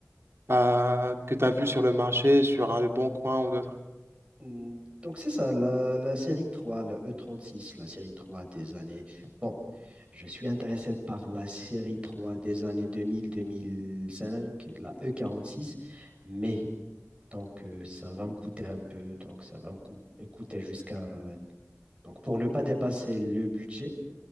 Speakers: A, on the right (about 55°); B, on the right (about 25°).
A: euh, que tu as vue sur le marché, sur un Le Bon Coin ou d'autres?
B: Hmm, Donc, c'est ça, la, la série trois, la e trente-six, la série 3 des années. Bon, je suis intéressé par la série 3 des années deux deux mille mille cinq, la e quarante-six, mais donc euh, ça va me coûter un peu, donc ça va me cou- me coûter jusqu'à Donc, pour ne pas dépasser le budget,